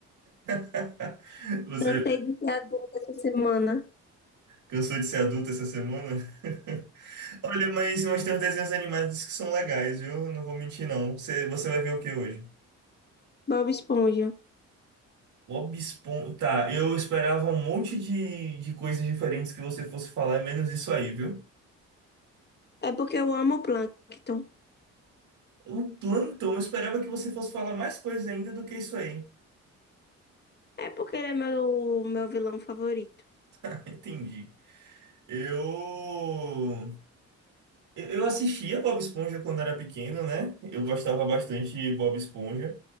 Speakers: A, on the right; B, on the left.
A: <laughs> Você
B: Cansei de ser adulta essa semana.
A: cansou de ser adulto essa semana? <laughs> Olha, mas, mas tem uns desenhos animados que são legais, viu? Eu Não vou mentir, não. Você, você vai ver o que hoje?
B: Bob Esponja.
A: Bob Esponja. Tá, eu esperava um monte de, de coisas diferentes que você fosse falar, menos isso aí, viu?
B: É porque eu amo o Plankton.
A: O Plantão, eu esperava que você fosse falar mais coisas ainda do que isso aí.
B: É porque ele é meu, meu vilão favorito.
A: <laughs> Entendi. Eu. Eu eu assistia Bob Esponja quando era pequeno, né? Eu gostava bastante de Bob Esponja.